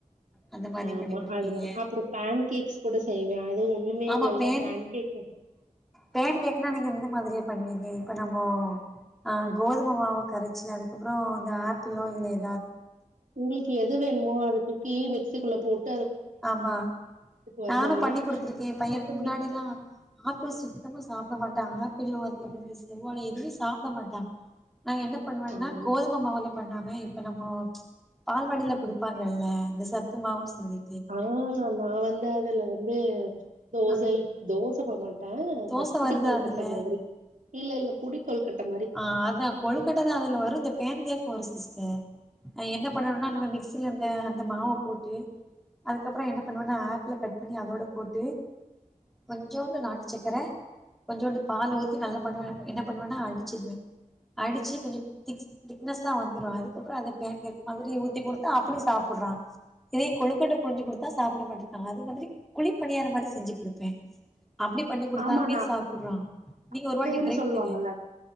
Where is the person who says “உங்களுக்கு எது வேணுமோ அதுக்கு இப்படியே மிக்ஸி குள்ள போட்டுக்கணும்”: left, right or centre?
Right